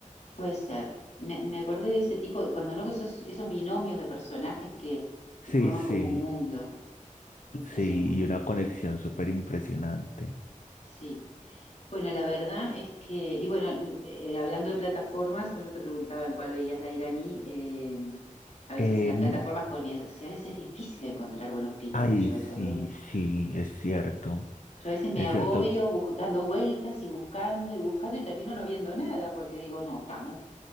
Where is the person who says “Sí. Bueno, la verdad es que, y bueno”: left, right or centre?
Left